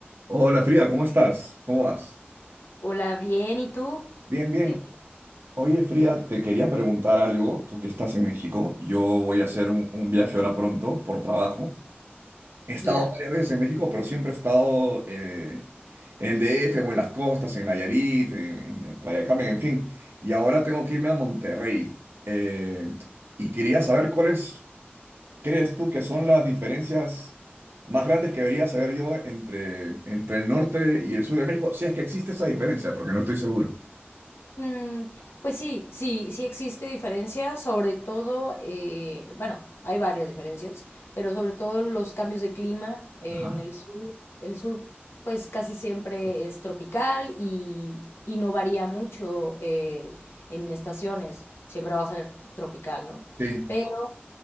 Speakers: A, on the right (about 70°); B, on the left (about 75°).
A: Hola Frida, ¿cómo estás? ¿Cómo vas?
B: Hola, bien, ¿y tú?
A: Bien, bien.
B: Eh,
A: Oye Frida, te quería preguntar algo, tú que estás en México. Yo voy a hacer un, un viaje ahora pronto por trabajo. He estado
B: Ya,
A: varias veces en México, pero siempre he estado eh, en el DF o en las costas, en Nayarit, en, en- en Playa del Carmen, en fin. Y ahora tengo que irme a Monterrey. Eh, y quería saber cuáles crees tú que son las diferencias más grandes que debería saber yo entre, entre el norte y el sur de México? Si es que existe esa diferencia, porque no estoy seguro.
B: mm, pues sí, sí, sí existe diferencia, sobre todo, eh, bueno, hay varias diferencias, pero sobre todo los cambios de clima en
A: Ajá.
B: el sur. El sur, pues casi siempre es tropical y, y no varía mucho eh, en estaciones, siempre va a ser tropical, ¿no?
A: Sí,
B: Pero